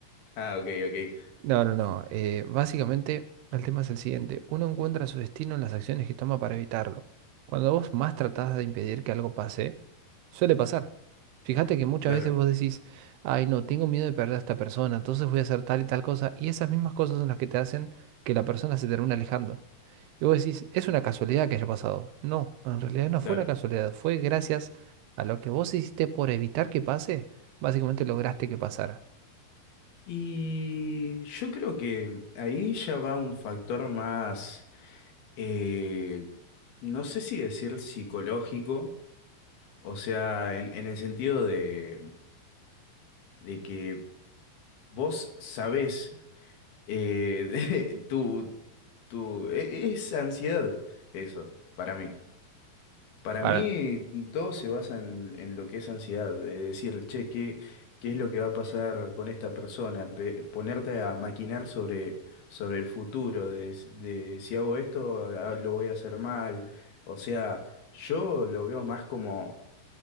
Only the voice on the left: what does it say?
Ah, ok, ok.
Claro,
claro.
Y yo creo que ahí ya va un factor más, eh, no sé si decir psicológico, o sea, en, en el sentido de, de que vos sabés Eh, <laughs> de- tu, tu, e- es ansiedad eso, para mí. Para
mí todo se basa en, en lo que es ansiedad, de decir, che, ¿qué, qué es lo que va a pasar con esta persona? Empe- ponerte a maquinar sobre, sobre el futuro, de, s- de si hago esto, ah, lo voy a hacer mal. O sea, yo lo veo más como